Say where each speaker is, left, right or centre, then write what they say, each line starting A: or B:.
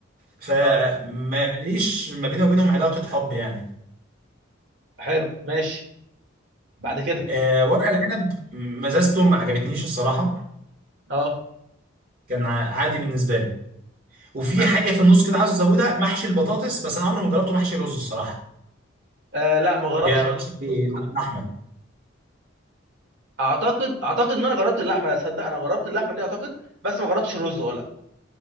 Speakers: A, on the right (about 50°); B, on the right (about 65°).
A: فما
B: اه
A: ليش ما بيني وبينهم علاقه حب يعني
B: حلو ماشي بعد كده
A: آه، ورق العنب مزازته ما عجبتنيش الصراحه
B: اه
A: كان ع- عادي بالنسبه لي وفي
B: مع
A: حاجه
B: ان
A: في النص كده عاوز ازودها محشي البطاطس بس انا عمري ما جربته محشي رز الصراحه
B: آه لا ما جربتش
A: ده
B: برضه
A: محشي
B: البطاطس بصراحه
A: لحمه
B: اعتقد اعتقد ان انا جربت اللحمه تصدق انا جربت اللحمه دي اعتقد بس ما جربتش الرز ولا